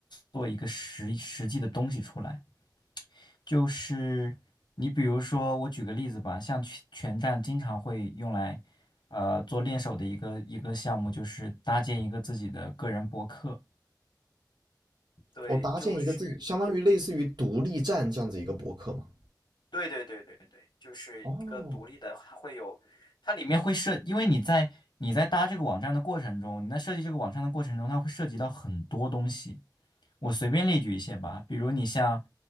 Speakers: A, on the left; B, on the right.
A: 做一个实实际的东西出来。就是你比如说，我举个例子吧，像全拳战经常会用来，呃，做练手的一个一个项目，就是搭建一个自己的个人博客。对，
B: 我搭建一个自己，
A: 就是。
B: 相当于类似于独立站这样子一个博客嘛。
A: 对对对对对，就是一个独立的，
B: 哦，
A: 它会有，它里面会涉，因为你在你在搭这个网站的过程中，你在设计这个网站的过程中，它会涉及到很多东西。我随便列举一些吧，比如你像